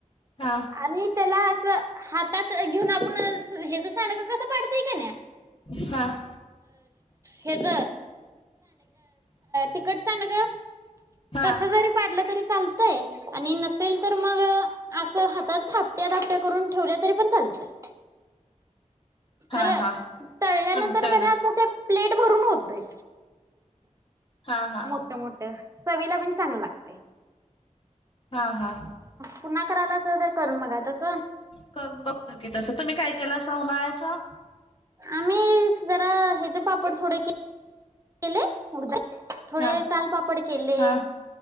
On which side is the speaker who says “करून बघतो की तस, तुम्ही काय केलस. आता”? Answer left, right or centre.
Left